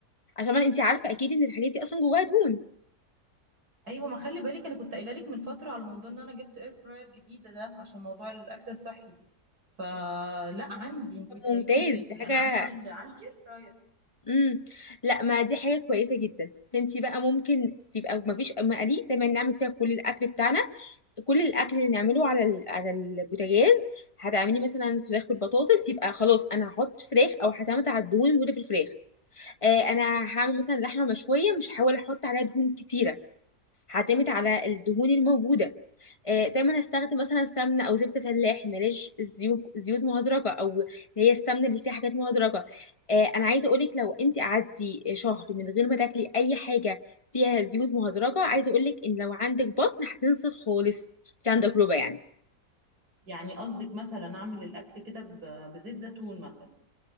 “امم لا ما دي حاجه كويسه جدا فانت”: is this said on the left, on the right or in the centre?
Left